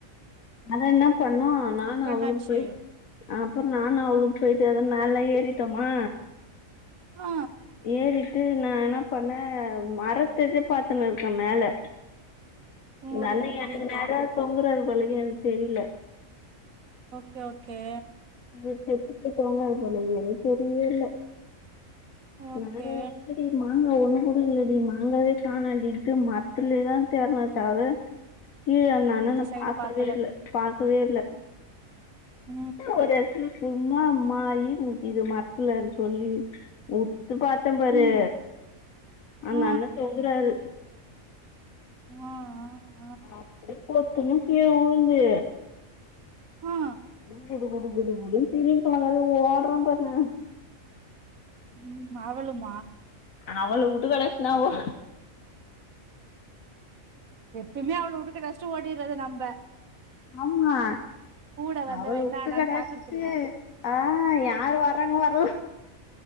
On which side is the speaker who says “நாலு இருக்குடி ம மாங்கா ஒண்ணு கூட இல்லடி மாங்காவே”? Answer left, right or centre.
Left